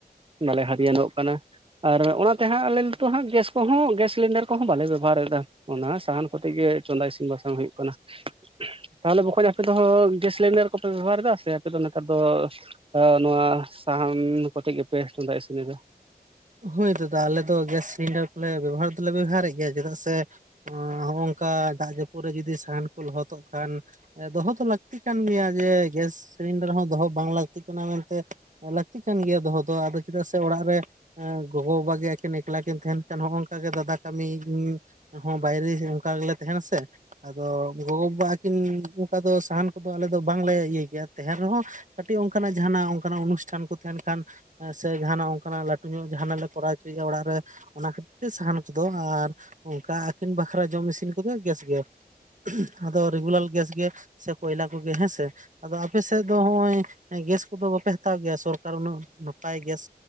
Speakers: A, on the right (about 35°); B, on the right (about 50°).
A: ᱵᱟᱞᱮ ᱦᱟᱨᱤᱭᱟᱹᱱᱚᱜ ᱠᱟᱱᱟ, ᱟᱨ ᱚᱱᱟᱛᱮ ᱦᱟᱸᱜ ᱟᱞᱮ ᱱᱤᱛᱚ ᱦᱟᱸᱜ ᱜᱮᱥ ᱠᱚᱦᱚᱸ ᱜᱮᱥ ᱥᱤᱞᱤᱱᱰᱟᱨ ᱠᱚᱦᱚᱸ ᱵᱟᱞᱮ ᱵᱮᱵᱚᱦᱟᱨ ᱮᱫᱟ, ᱚᱱᱟ ᱥᱟᱦᱟᱱ ᱠᱚᱛᱮ ᱜᱮ ᱪᱚᱸᱫᱟ ᱤᱥᱤᱱ ᱵᱟᱥᱟᱝ ᱦᱩᱭᱩᱜ ᱠᱟᱱᱟ᱾ ᱛᱟᱦᱚᱞᱮ ᱵᱚᱠᱚᱧ ᱟᱯᱮ ᱫᱚᱦᱚ ᱜᱮᱥ ᱥᱤᱞᱤᱱᱰᱟᱨ ᱠᱚᱯᱮ ᱵᱮᱵᱚᱦᱟᱨ ᱮᱫᱟ ᱥᱮ ᱟᱯᱮ ᱫᱚ ᱱᱮᱛᱟᱨ ᱫᱚ ᱟ ᱱᱚᱣᱟ ᱥᱟᱦᱟᱱ ᱠᱚᱛᱮ ᱜᱮᱯᱮ ᱪᱚᱸᱫᱟ ᱤᱥᱤᱱ ᱮᱫᱟ?
B: ᱦᱳᱭ ᱫᱟᱫᱟ ᱟᱞᱮ ᱫᱚ ᱜᱮᱥ ᱥᱤᱞᱤᱱᱰᱟᱨ ᱠᱚᱞᱮ ᱵᱮᱵᱚᱦᱟᱨ ᱫᱚᱞᱮ ᱵᱮᱵᱚᱦᱟᱨᱮᱜ ᱜᱮᱭᱟ ᱪᱮᱫᱟᱜ ᱥᱮ, ᱦᱚᱸᱜ-ᱚ ᱱᱚᱝᱠᱟ ᱫᱟᱜ ᱡᱟᱹᱯᱩᱫ ᱨᱮ ᱡᱩᱫᱤ ᱥᱟᱦᱟᱱ ᱠᱚ ᱞᱚᱦᱚᱫᱚᱜ ᱠᱷᱟᱱ ᱫᱚᱦᱚ ᱫᱚ ᱞᱟᱠᱛᱤ ᱠᱟᱱ ᱜᱮᱭᱟ ᱡᱮ ᱜᱮᱥ ᱥᱤᱞᱤᱱᱰᱟᱨ ᱦᱚᱸ ᱫᱚᱦᱚ ᱵᱟᱝ ᱞᱟᱠᱛᱤ ᱠᱟᱱᱟ ᱢᱮᱱᱛᱮ ᱞᱟᱠᱛᱤ ᱠᱟᱱ ᱜᱮᱭᱟ ᱫᱚᱦᱚ ᱫᱚ ᱟᱫᱚ ᱪᱮᱫᱟᱜ ᱥᱮ ᱚᱲᱟᱜ ᱨᱮ ᱮᱸ ᱜᱚᱜᱚᱼᱵᱟᱵᱟ ᱜᱮ ᱟᱠᱤᱱ ᱮᱠᱞᱟ ᱠᱤᱱ ᱛᱟᱦᱮᱸᱱ ᱠᱟᱱ ᱦᱚᱸᱜ-ᱚ ᱚᱝᱠᱟ ᱜᱮ ᱫᱟᱫᱟ ᱠᱟᱢᱤ <inaudible> ᱦᱚᱸ ᱵᱟᱭᱨᱮ ᱥᱮᱫ ᱚᱝᱠᱟ ᱜᱮᱞᱮ ᱛᱟᱦᱮᱸᱱᱟ ᱥᱮ᱾ ᱟᱫᱚ ᱜᱚᱜᱚ-ᱵᱟᱵᱟ ᱟᱠᱤᱱ ᱚᱝᱠᱟ ᱫᱚ ᱥᱟᱦᱟᱱ ᱠᱚᱫᱚ ᱟᱞᱮ ᱫᱚ ᱵᱟᱝᱞᱮ ᱤᱭᱟᱹᱭ ᱜᱮᱭᱟ ᱛᱟᱦᱮᱸᱱ ᱨᱮᱦᱚᱸ ᱠᱟᱹᱴᱤᱡ ᱚᱝᱠᱟᱱᱟᱜ ᱡᱟᱦᱟᱸᱱᱟᱜ ᱚᱝᱠᱟᱱᱟᱜ ᱚᱱᱩᱥᱴᱷᱟᱱ ᱠᱚ ᱛᱟᱦᱮᱸᱱ ᱠᱷᱟᱱ, ᱥᱮ ᱡᱟᱦᱟᱸᱱᱟᱜ ᱚᱝᱠᱟᱱᱟᱜ ᱞᱟᱹ ᱴᱩ ᱧᱚᱜ ᱡᱟᱦᱟᱸᱱᱟᱜ ᱞᱮ ᱠᱚᱨᱟᱣ ᱦᱚᱪᱚᱭᱮᱜ-ᱟ ᱚᱲᱟᱜ ᱨᱮ, ᱚᱱᱟ ᱠᱷᱟᱹᱤᱨ ᱛᱮ ᱥᱟᱦᱟᱱ ᱛᱮᱫᱚ ᱟᱨ ᱚᱝᱠᱟ ᱟᱹᱠᱤᱱ ᱵᱟᱠᱷᱨᱟ ᱡᱚᱢ ᱤᱥᱤᱱ ᱠᱚᱫᱚ ᱜᱮᱥ ᱜᱮ᱾ ᱟᱫᱚ ᱨᱮᱜᱩᱞᱟᱞ ᱜᱮᱥ ᱜᱮ ᱥᱮ ᱠᱚᱭᱞᱟ ᱠᱚᱜᱮ ᱦᱮᱸ ᱥᱮ ᱾ ᱟᱫᱚ ᱟᱯᱮ ᱥᱮᱫ ᱫᱚ ᱦᱚᱸᱜᱼᱚᱭ ᱜᱮᱥ ᱠᱚᱫᱚ ᱵᱟᱯᱮ ᱦᱟᱛᱟᱣ ᱜᱮᱭᱟ ᱥᱚᱨᱠᱟᱨ ᱩᱱᱟᱹᱜ ᱱᱟᱯᱟᱭ ᱜᱮᱥ